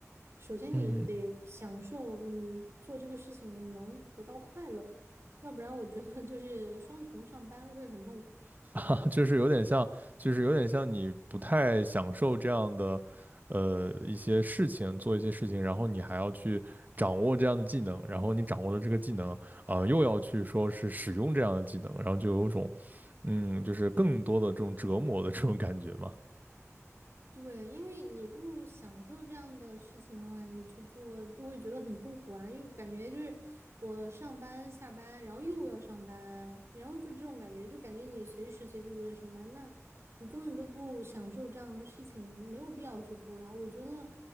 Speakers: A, on the right; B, on the right.
A: 首先你得享受你做这个事情能得到快乐，
B: 嗯
A: 要不然我觉得就是双重上班会很痛苦。
B: <laughs> 就是有点像，就是有点像你不太享受这样的，呃，一些事情，做一些事情，然后你还要去掌握这样的技能，然后你掌握了这个技能，啊、又要去说是使用这样的技能，然后就有种，嗯，就是更多的这种折磨的这种感觉嘛。
A: 对，因为你不享受这样的事情的话，你去做就会觉得很痛苦啊，又感觉就是我上班下班，然后又要上班，然后就这种感觉，就感觉你随时随地都在上班，那你根本都不享受这样的事情，没有必要去做呀。我觉得